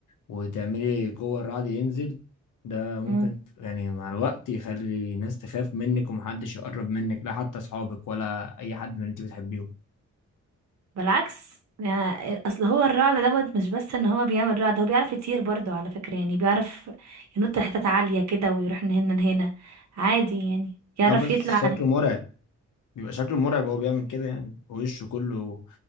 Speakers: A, on the left; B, on the right.
A: وتعملي قوه الرعد ينزل ده ممكن
B: مم.
A: ت- يعني مع الوقت يخلي الناس تخاف منك ومحدش يقرب منك لا حتى اصحابك ولا اي حد من اللي انت بتحبيهم
B: بالعكس يعني اصل هو الرعد دوت مش بس ان هو بيعمل رعد هو بيعرف يطير برضه على فكرة يعني بيعرف ينط لحتت عالية كده ويروح من هنا لهنا عادي يعني يعرف
A: اه بس
B: يطلع
A: شكله مرعب بيبقى شكله مرعب وهو بيعمل كده يعني وشه كله